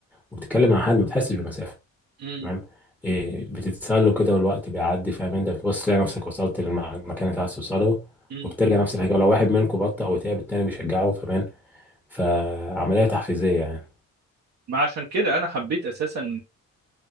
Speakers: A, in the centre; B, on the right.
A: وبتتكلم مع حد ما بتحسش بالمسافة
B: امم
A: تمام إيه بتتسله كده والوقت بيعدي فاهم أنت بتبص تلاقي نفسك وصلت للمكان اللي أنت عايز توصله
B: امم
A: وبترجع نفس الحاجة ولو واحد منكم بطأ أو تعب التاني بيشجعه فاهم فعملية تحفيزية يعني
B: ما عشان كده انا حبيت اساسا